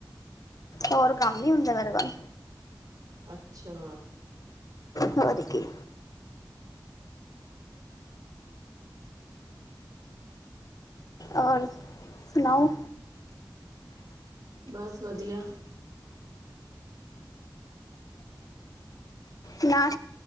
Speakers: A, on the left (about 50°); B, on the right (about 60°).
A: ਹੋਰ ਕੰਮ ਨੀ ਹੁੰਦਾ ਮੇਰੇ ਕੋਲ
B: ਅੱਛਾ
A: ਹੋਰ ਕੀ ਔਰ ਸੁਣਾਓ
B: ਬਸ ਵਧੀਆ
A: ਨਾ